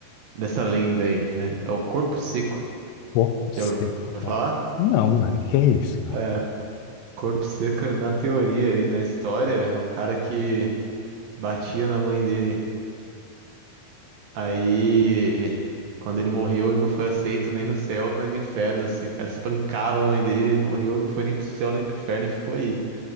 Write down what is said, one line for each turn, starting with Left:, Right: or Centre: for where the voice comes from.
Right: dessa lenda aí, né? É o Corpo Seco.
Left: Pô, seco,
Right: Já ouviu
Left: cara.
Right: falar?
Left: Não, velho, que é isso, cara?
Right: É. Corpo Seca, na teoria e na história, é um cara que batia na mãe dele. Aí, quando ele morreu, ele não foi aceito nem no céu, nem no inferno, assim. O cara espancava a mãe dele, ele morreu, não foi nem pro céu, nem pro inferno, e ficou aí.